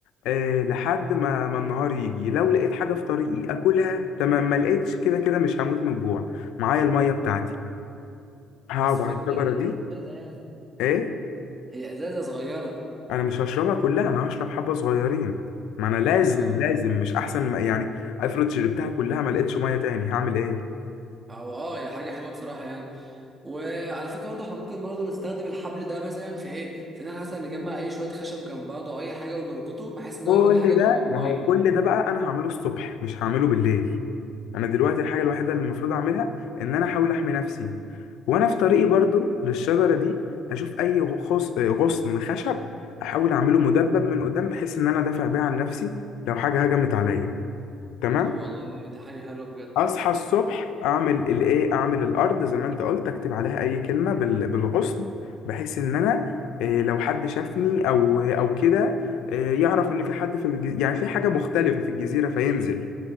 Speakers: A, on the left; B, on the right.
A: آه لحد ما ما النهار يجي لو لقيت حاجه في طريقي اكلها تمام ما لقيتش كده كده مش هموت من الجوع معايا الميه بتاعتي هقعد
B: بس خد
A: على الشجره
B: بالك هي
A: دي
B: كانت ازازه يعني
A: ايه
B: هي ازازه صغيره
A: انا مش هشربها كلها انا هشرب حبه صغيرين ما انا لازم
B: هي
A: لازم مش احسن ما يعني افرض شربتها كلها ما لقيتش ميه تاني هعمل ايه
B: او اه هي حاجه حلوه بصراحه يعني وعلى فكره برضه احنا ممكن برضه نستخدم الحبل ده مثلا في ايه في ان احنا مثلا نجمع اي شويه خشب جنب بعض او اي حاجه ونربطه بحيث ان
A: كل
B: هو يكون حاجه تعوم
A: ده
B: في الميه
A: ما هو كل ده بقى انا هعمله الصبح مش هعمله بالليل انا دلوقتي الحاجه الوحيده اللي المفروض اعملها ان انا احاول احمي نفسي وانا في طريقي برضو للشجره دي هشوف اي غص... غصن خشب احاول اعمله مدبب من قدام بحيث ان انا دافع بيه عن نفسي لو حاجه هجمت عليا تمام
B: طب والله دي حاجه حلوه بجد
A: اصحى الصبح اعمل الايه اعمل الارض زي ما انت قلت اكتب عليها اي كلمه بال- بالغصن بحيث ان انا إيه لو حد شافني او او كده إيه يعرف ان في حد في الجزيره يعني في حاجه مختلفه في الجزيره فينزل